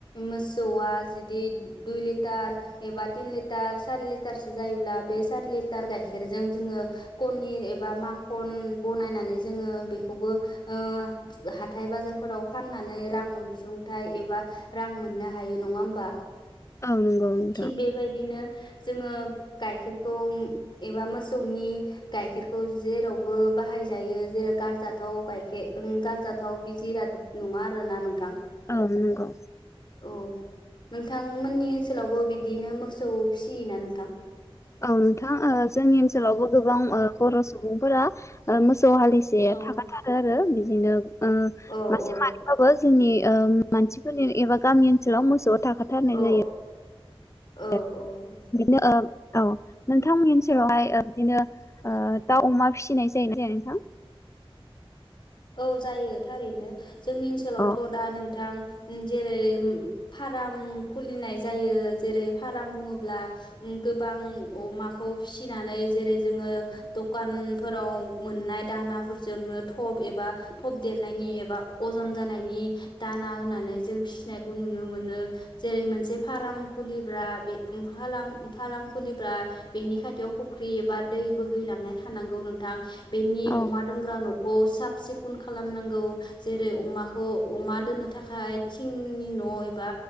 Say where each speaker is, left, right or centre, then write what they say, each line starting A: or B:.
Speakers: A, on the left; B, on the left.
A: मोसौआ जुुदि दुय लिथार टार एबा थिन लिटार सारि लिटारसो जायोब्ला बे सारि लिटार गायखेरजों जोङो कत निर एबा माखन बनानै जोङो बेखौबो ओ जा हाथाय बाजार फोराव फाननानै रां अनसुंथाइ एबा रां मोननो हायो नङा होमबा?
B: औ नंगौ नोंथां
A: थिक बेबायदिनो जोङो गाइखेरखौ उम एबा मोसौनि गायखेरखौ जेरावबो बाहाय जायो जेरै गारजाथाव गाइखे ओ उम गारजाथाव बि जिराद नङा आरो ना नोंथां।
B: औ नंगौ।
A: औ नोंथांमोननि ओनसोलावबो बिदिनो मोसौ फिसियोना नोंथां?
B: औ नोंथां ओ जोंनि ओनसोलावबो गोबां ओ बर सुबुंफोरा ओ मोस स हालिसे
A: औ
B: थाखाथारो आरो बिदिनो उम
A: औ
B: मासे
A: औ
B: मानैबाबो जोंनि ओ मानसिफोरनि एबा गामि ओनसोलाव मोसौआव थाखाथारनाय
A: औ
B: जायो।
A: औ
B: <unintelligible>
A: औ औ
B: बिदिनो ओ औ। नोंथांमोननि ओनसोलावहाय ओ बिदिनो ओ दाव अमा फिसिनाय जायो ना जाया नोंथां?
A: औ जायो थारैनो जोंनि ओनसोलावथ
B: अ
A: दा नोंथां उम जेरै उम फाराम खुलिनाय जायो जेरै फारम बुङोब्ला उम गोबां अमाखौ फिसिनानै जेरै जोङो दखानफोराव मोननाय दान ना फोरजोंनो थब एब बा थब देरनायनि एबा अजन जानायनि दाना होनानै जों फिसिनायखौ नुनो मोनो ओ जेरै मोनसे फाराम खुलिब्ला बेखौ फाराम खुलिब्ला बेनिथाखाय थियाव फुख्रि एबा दै बोहैलांनाय थानांगौ नोंथां बेनि
B: औ
A: अमा दोनग्रा नखौ सा सिखन खालामनांगौ जेरै अमाखौ अमा दोननो थाखाय थिंनि न' एबा